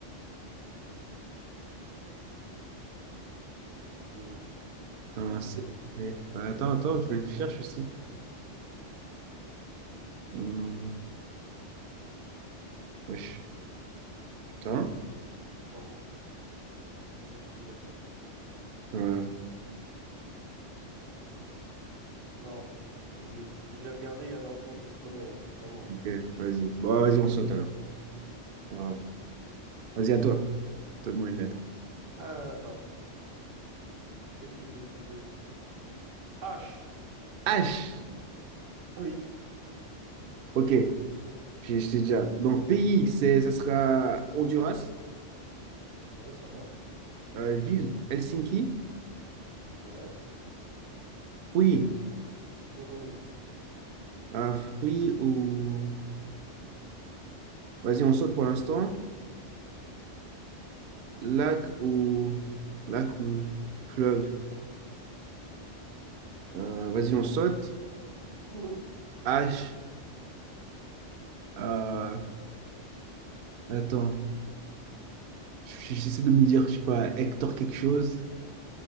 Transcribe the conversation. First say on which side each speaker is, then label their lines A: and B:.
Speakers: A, on the right (about 85°); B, on the right (about 60°).
A: J'ai un trou de mémoire.
B: Putain,
A: Tu
B: c'est-
A: sais?
B: c'est- Attends, attends, je cherche aussi. Hum, wesh, putain.
A: C'est pas moi. Je réfléchis, j'y arrive pas.
B: Ouais.
A: Non, je- j'ai regardé, il n'y en a aucun que je connais, hein, vraiment.
B: Ok, vas-y. Bon, bah, vas-y, on saute alors. On va-
A: Vas-y.
B: Vas-y, à toi. Donne-moi une lettre.
A: Euh, attends, qu'est-ce que je vais te dire? H.
B: H.
A: Oui.
B: Ok, j'ai je déjà. Donc, pays, c'est, ça sera Honduras.
A: Ouais, ça va.
B: Euh, ville, Helsinki.
A: Ouais. <laughs>
B: Fruit.
A: Mhm.
B: Euh, fruit ou. Vas-y, on saute pour l'instant. Lac ou. Lac ou fleuve. Euh, vas-y, on saute.
A: Mhm.
B: H. Euh, Attends. Je- J'essaie de me dire, je sais pas, Hector quelque chose.